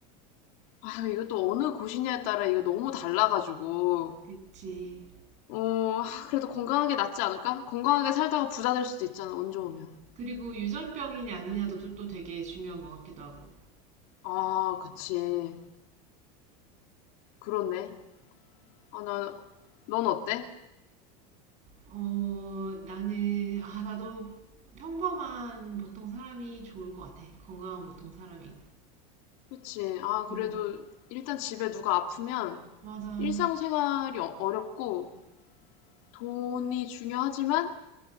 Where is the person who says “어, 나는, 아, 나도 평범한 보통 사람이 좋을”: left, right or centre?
Right